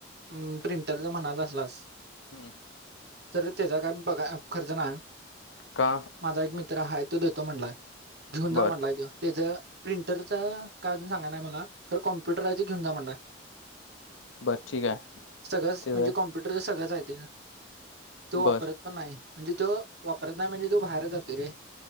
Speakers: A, on the right; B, on the left.
A: म प्रिंटर जर म्हणाला असलास,
B: हम्म
A: तर त्याचा काय पगार खर्च नाही.
B: का
A: माझा एक मित्र तर हाय तो देतो म्हटलाय. घिऊन जा
B: बर
A: म्हटलाय, तो तेझं प्रिंटर च काय अजून सांगा नाही मला कॅम्पुटर हाय तो घेऊन जा म्हटलाय.
B: बर ठीक आहे
A: सगळच
B: त्याचं
A: म्हणजे कॉम्पुटर च सगळंच जायत तो वापरत
B: बर
A: पण नाही, म्हणजे तो वापरत नाही म्हणजे तो बाहेर जातो ते रे